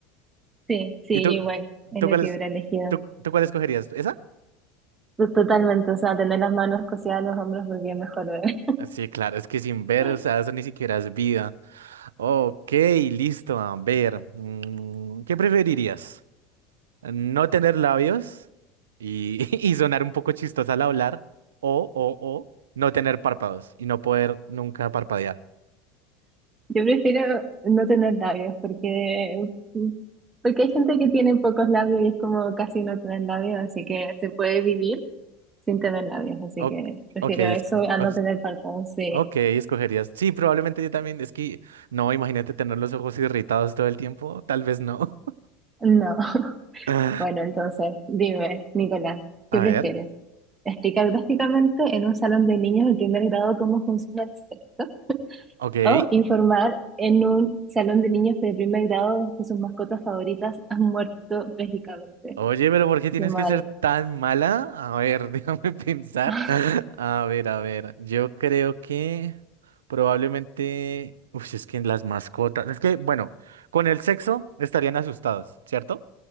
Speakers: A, on the right; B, on the right.
A: Sí, sí,
B: ¿Y tú,
A: yo igual, es
B: tú
A: lo
B: cuál
A: que
B: es-
A: hubiera elegido.
B: tú, tú cuál escogerías? ¿Esa?
A: To- Totalmente, o sea, tener las manos cosidas en los hombros porque es mejor ver.
B: Ah, Sí, claro, es que sin ver,
A: <laughs>
B: o sea, eso ni siquiera es vida. Ok, listo, a ver. mm, ¿Qué preferirías? no tener labios y, <laughs> y sonar un poco chistosa al hablar, o, o, o no tener párpados y no poder nunca parpadear.
A: Yo prefiero no tener labios porque, porque hay gente que tiene pocos labios y es como casi no tener labios, así que se puede vivir sin tener labios, así
B: Ok,
A: que prefiero
B: ok, esco-
A: eso a
B: os-
A: no tener párpados, sí.
B: ok, escogerías. Sí, probablemente yo también. Es que, no, imagínate tener los ojos irritados todo el tiempo. Tal vez no.
A: No. <laughs>
B: <laughs>
A: Bueno, entonces, dime, Nicolás, ¿qué
B: A
A: prefieres?
B: ver,
A: ¿Explicar gráficamente en un salón de niños del primer grado cómo funciona el sexo?
B: ok.
A: O informar en un salón de niños de primer grado de que sus mascotas favoritas <laughs> han muerto trágicamente.
B: Oye, pero ¿por qué tienes
A: Qué mal.
B: que ser tan mala? A ver, <laughs> déjame pensar.
A: <laughs>
B: <laughs> A ver, a ver. Yo creo que probablemente. Uf, es que las mascotas. Es que, bueno, con el sexo estarían asustados, ¿cierto?